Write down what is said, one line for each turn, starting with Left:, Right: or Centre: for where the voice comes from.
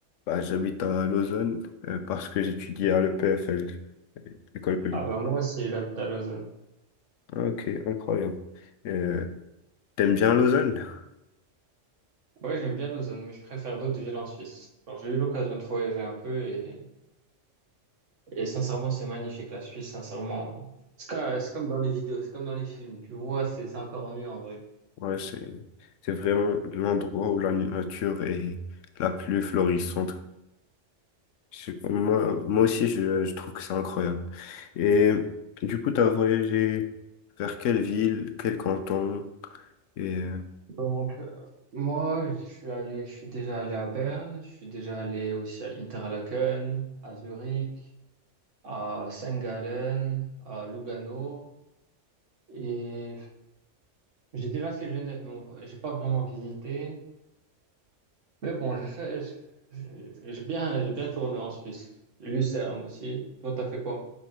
Left: bah, j'habite à Lausanne euh, parce que j'étudie à l'EPFL, École polytechnique.
Right: Ah, bah, moi aussi, j'habite à Lausanne.
Left: Ok, incroyable. Euh, t'aimes bien Lausanne?
Right: Ouais, j'aime bien Lausanne, mais je préfère d'autres villes en Suisse. Genre, j'ai eu l'occasion de voyager un peu et, et sincèrement, c'est magnifique, la Suisse, sincèrement. C'est comme, c'est comme dans les vidéos, c'est comme dans les films. Tu vois, c'est c'est encore mieux en vrai.
Left: Ouais, c'est, c'est vraiment l'endroit où la nature est la plus florissante. Je moi, moi aussi, je, je trouve que c'est incroyable. Et du coup, t'as voyagé vers quelle ville, quel canton? Et euh,
Right: Donc, euh, moi, je suis allé, je suis déjà allé à Berne, je suis déjà allé aussi à Interlaken, à Zurich, à Saint-Gallen, à Lugano. Et j'ai déjà fait Genève, mais on- j'ai pas vraiment visité. Mais bon, j'ai fait, j'ai j'ai bien, j'ai bien tourné en Suisse. Lucerne aussi. Toi, t'as fait quoi?